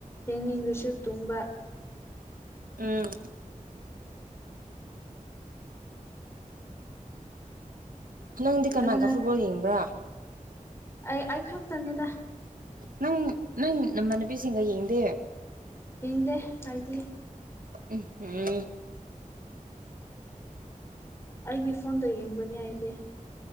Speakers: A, on the left; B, on the right.
A: ꯌꯦꯡꯅꯤꯡꯕꯁꯨ ꯇꯨꯡꯕ
B: ꯎꯝ ꯅꯪꯗꯤ ꯀꯅꯥꯒ
A: ꯑꯗꯨꯅ
B: ꯐꯨꯠꯕꯣꯜ ꯌꯦꯡꯕ꯭ꯔꯥ
A: ꯑꯩ ꯑꯩ ꯈꯛꯇꯅꯤꯗ
B: ꯅꯪ ꯅꯪ ꯅꯃꯥꯟꯅꯕꯤꯁꯤꯡꯒ ꯌꯦꯡꯗꯦ
A: ꯌꯦꯡꯗꯦ ꯑꯩꯗꯤ
B: ꯎꯝ ꯎꯝ
A: ꯑꯩꯒꯤ ꯐꯣꯟꯗ ꯌꯦꯡꯕꯅꯦ ꯑꯩꯗꯤ